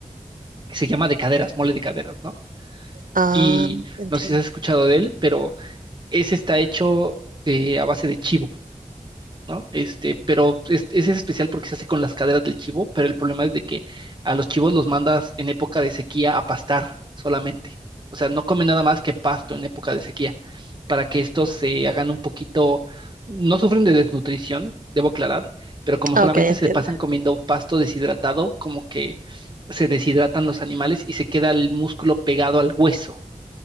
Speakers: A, on the right; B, on the right.
A: <clears throat> que se llama de caderas, mole de caderas, ¿no?
B: Ah,
A: Y
B: entiendo.
A: no sé si has escuchado de él, pero ese está hecho de, a base de chivo. ¿no? Este, pero es, ese es especial porque se hace con las caderas del chivo, pero el problema es de que a los chivos los mandas en época de sequía a pastar solamente. O sea, no comen nada más que pasto en época de sequía, para que estos se hagan un poquito, no sufren de desnutrición, debo aclarar, pero como
B: Ok,
A: solamente
B: entiendo.
A: se pasan comiendo pasto deshidratado, como que se deshidratan los animales y se queda el músculo pegado al hueso